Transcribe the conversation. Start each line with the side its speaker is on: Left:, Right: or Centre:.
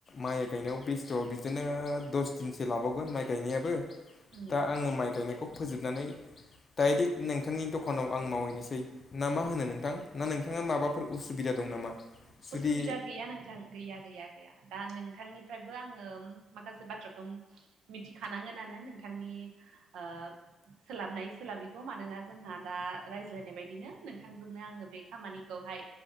Left: माइ गायनायाव बेस्थ' बिदिनो दस दिनसो लाबावगोन माइ गायनायाबो ‌।
Right: उम
Left: दा आङो माइ गायनायखौ फोजोबनानै डाइरेक्ट नोंथांनि दखानाव आं मावहैनोसै ना मा होनो नों नोंथां ना नोंथाङा माबाफोर उसुबिदा दं नामा? जुदि
Right: उसुबिदा गैया नोंथां गैया गैया। गैया दा नोंथांनिफ्रायबो आङो उम माखासे बाथ्राखौ उम मिथिखानांगोनानो नोंथांनि ओ सोलाबनाय सोलाबिखौ मानोना जोंहा दा रायज्लायनाय बायदिनो नोंथांजोंनो आङो बे खामानिखौहाय